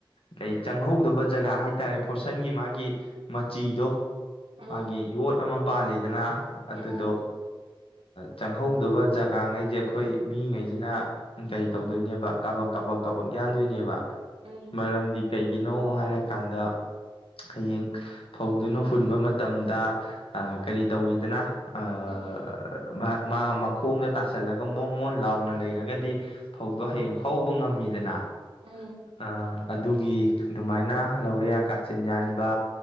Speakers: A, on the left; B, on the right.
A: ꯀꯩ ꯆꯪꯍꯧꯗꯕ ꯖꯒꯥ ꯍꯥꯏ ꯇꯥꯔꯦ ꯐꯣꯔꯁꯟꯒꯤ ꯃꯥꯒꯤ ꯃꯆꯤꯗꯣ
B: ꯎꯝ
A: ꯃꯥꯒꯤ ꯌꯣꯠ ꯑꯃ ꯄꯥꯜꯂꯤꯗꯅ
B: ꯎꯝ
A: ꯑꯗꯨꯗꯣ ꯆꯪꯍꯧꯗꯕ ꯖꯒꯥꯉꯩꯖꯦ ꯑꯩꯈꯣꯏ ꯃꯤꯉꯩꯖꯤꯅ ꯀꯩ ꯇꯧꯗꯣꯏꯅꯦꯕ ꯀꯥꯕꯛ ꯀꯥꯕꯛ ꯀꯥꯕꯛ ꯌꯥꯟꯗꯣꯏꯅꯦꯕ
B: ꯎꯝ
A: ꯃꯔꯝꯗꯤ ꯀꯩꯒꯤꯅꯣ ꯍꯥꯏꯔꯀꯥꯟꯗ ꯍꯌꯦꯡ ꯐꯧꯗꯨꯅ ꯍꯨꯟꯕ ꯃꯇꯝꯗ ꯑꯥ ꯀꯔꯤ ꯇꯧꯋꯤꯗꯅ ꯑꯥ
B: ꯎꯝ
A: ꯃꯥ ꯃꯈꯣꯡꯗ ꯇꯥꯁꯜꯂꯒ ꯃꯣꯟ ꯃꯣꯟ ꯂꯥꯎꯅ ꯂꯩꯔꯒꯗꯤ ꯐꯧꯗꯣ ꯍꯌꯦꯡ ꯍꯧꯕ ꯉꯝꯃꯤꯗꯅ ꯑꯥ
B: ꯎꯝ
A: ꯑꯗꯨꯒꯤ ꯑꯗꯨꯃꯥꯏꯅ ꯂꯧꯔꯤꯌꯥ ꯀꯥꯆꯤꯟ ꯌꯥꯟꯕ